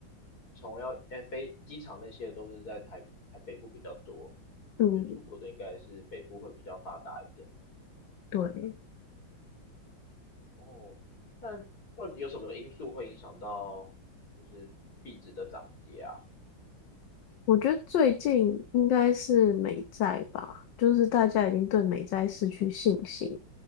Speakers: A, on the left; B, on the left.
A: 从要哎飞机场那些都是在台台北部比较多，
B: 嗯，
A: 所以出国的应该是北部会比较发达一点。
B: 对。
A: 哦，但到底有什么因素会影响到就是币值的涨跌啊？
B: 我觉得最近应该是美债吧，就是大家已经对美债失去信心，